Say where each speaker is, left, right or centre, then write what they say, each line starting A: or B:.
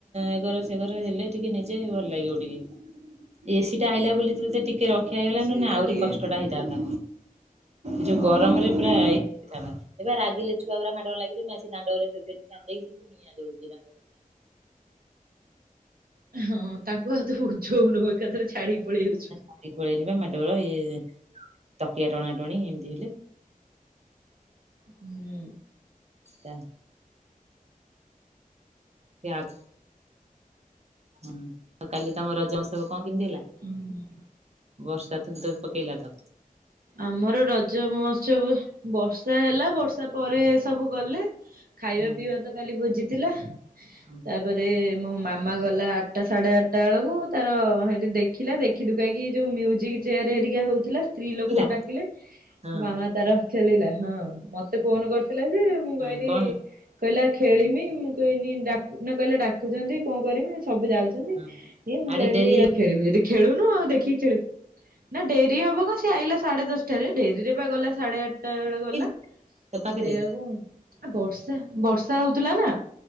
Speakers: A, on the right (about 50°); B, on the right (about 85°).
A: ଏଗର ସେଘର ହେଲେ ଟିକେ ନିଜେ ଭଲ ଲାଗିବ ଟିକେ। ଏସିିଟା ଆଇଲା ବୋଲି ତତେ ଟିକିଏ ରଖିଆ ହେଇଗଲା
B: ସେଇଟା
A: ନ ହେନେ ଆହୁରି
B: ଟିକେ
A: କଷ୍ଟଟା ହେଇଥାନ୍ତା। ଯୋଉ
B: ହଁ।
A: ଗରମରେ ପୁରା <unintelligible> ରାଗିଲେ ଛୁଆ ଗୁଡା ମାଡ଼ ଲାଗିଲେ ଦାଣ୍ଡରେ ଶୁକେଇସୁକା ଦେଇକି ଯିମିତି ନିଆଁ ଜଳୁଥିଲା ଦାଣ୍ଡରେ
B: ହଁ ତାଙ୍କୁ ଆଉ ତ ବୁଝଉନ ଏକାଥରକେ ଛାଡିକି ପଳି ଆଉ
A: ପଳିଆଇଲି ବା ମାଡଳ ଗଳ ଇଏ ତକିଆ ଟଣା ଟଣି ଏମିତି ହେଲେ
B: ହୁଁ।
A: ତା ପିଆଜ ହୁଁ ତ କାଲି ତମ ରଜ ମହୋଉତ୍ସବ କଣ କେମିତି ହେଲା?
B: ହୁଁ।
A: ବର୍ଷା ଥୋପେ ଥୋପେ ପକେଇଲା ତ
B: ଆମର ରଜ ମହୋତ୍ସବ ବର୍ଷା ହେଲା ବର୍ଷା ପରେ ସବୁ ଗଲେ ଖାଇବା
A: ହୁଁ
B: ପିଇବା ତ କାଲି ଭୋଜିଥିଲା।
A: ହୁଁ
B: ତାପରେ ମୋ ମାମା ଗଲା ଆଠଟା ସାଢେ ଆଠଟା ବେଳକୁ ତାର ସେଇଠି ଦେଖ ଦେଖିଲା ଦେଖିଦୁକା କି ଯୋଉ ମ୍ୟୁଜିକ୍ ଚେୟାର ହେରିକା ହଉଥିଲା ସ୍ତ୍ରୀ
A: ହେଲା
B: ଲୋକଙ୍କୁ ଡାକିଲେ
A: ହଁ
B: ମାମା ତାର ଖେଳିଲା ହଁ ମତେ ଫୋନ କରିଥିଲା ଯେ ମୁଁ
A: ହଁ
B: କହିଲି
A: କଣ ହେଲା?
B: କହିଲା ଖେଳିମି
A: ହଁ
B: ମୁଁ କହିଲି ଡା ନା କହିଲା ଡାକୁଛନ୍ତି କଣ କରିମି ସବୁ ଯାଉ
A: ହଁ
B: ଏ ମୁ
A: ଆଡେ
B: କହିଲି
A: ଡେରି
B: ଆ ଖେଳିବୁ ଯଦି ଖେଳୁନୁ ଆଉ ଦେଖିକି ଖେଳିବୁ ନା ଡେରି ହବ କ ସେ ଆଇଲା ସାଢେ ଦଶଟାରେ ଡେରିରେ ବା ଗଲା ସାଢେ ଆଠଟା ବେଳେ ଗଲା
A: ହେଇ ତୋ ପାଖରେ?
B: ସେଇଆକୁ ଆ ବର୍ଷା ବର୍ଷା ହଉଥିଲା ନା